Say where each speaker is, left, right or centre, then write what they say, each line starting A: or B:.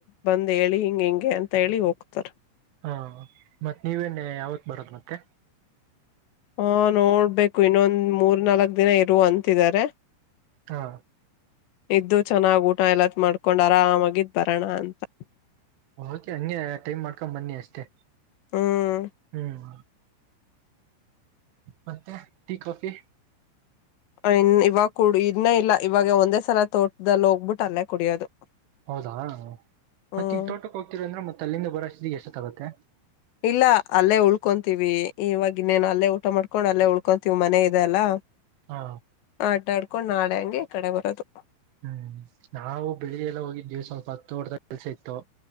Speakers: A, on the left (about 70°); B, on the right (about 85°).
A: ಬಂದ್ ಹೇಳಿ ಹಿಂಗ್ ಹಿಂಗೆ ಅಂತ ಹೇಳಿ ಹೋಗ್ತಾರ
B: ಹಾ ಮತ್ತ್ ನೀವೇನ್ ಯಾವತ್ ಬರೋದು ಮತ್ತೆ
A: ಹಾ ನೋಡ್ಬೇಕು ಇನ್ನೊಂದ ಮೂರ್ ನಾಲ್ಕ್ ದಿನ ಅಂತಿದರೆ
B: ಹಾ
A: ಇದ್ದು ಚೆನ್ನಾಗ್ ಊಟ ಎಲ್ಲತ್ ಮಾಡ್ಕೊಂಡ್ ಆರಾಮಾಗಿದ್ ಬರೋಣ ಅಂತ
B: ಓಕೆ ಹಂಗೆ ಟೈಮ್ ಮಾಡ್ಕೊಂಡ್ ಬನ್ನಿ ಅಷ್ಟೇ
A: ಹ್ಮ್
B: ಹ್ಮ್ ಮತ್ತೆ ಟೀ ಕಾಫಿ
A: ಇನ್ ಇವಾಗ ಕು ಇನ್ನ ಇಲ್ಲ ಇವಾಗ ಒಂದೇ ಸಲ ತೋಟದಲ್ಲಿ ಹೋಗ್ಬಿಟ್ಟ ಅಲ್ಲೇ ಕುಡಿಯೋದು
B: ಹೌದಾ
A: ಹ್ಮ್
B: ಮತ್ತೆ ಈಗ ತೋಟಕ್ಕೆ ಹೋಗ್ತೀರಾ ಅಂದ್ರೆ ಮತ್ತೆ ಅಲ್ಲಿಂದ ಬರ ಈಗೆ ಎಷ್ಟೊತ್ ಆಗುತ್ತೆ
A: ಇಲ್ಲ ಅಲ್ಲೇ ಉಳ್ಕೊಂತೀವಿ ಇವಾಗ ಇನ್ನೇನು ಅಲ್ಲೇ ಊಟ ಮಾಡ್ಕೊಂಡ್ ಅಲ್ಲೇ ಉಳ್ಕೊಂತೀವಿ ಮನೆ ಇದೆ ಅಲ್ಲ
B: ಹಾ
A: ಆಟ ಆಡ್ ಕಕೊಂಡ್ ನಾಳೆ ಹಂಗೆ ಕಡೆ ಬರೋದು
B: ಹ್ಮ್ ನಾವು ಬೆಳಿಗ್ಗೆ ಎಲ್ಲ ಹೋಗಿದ್ದೀವಿ ಸ್ವಲ್ಪ ಹತ್ತು ಹೊರ್ದ ಕೆಲ್ಸ ಇತ್ತು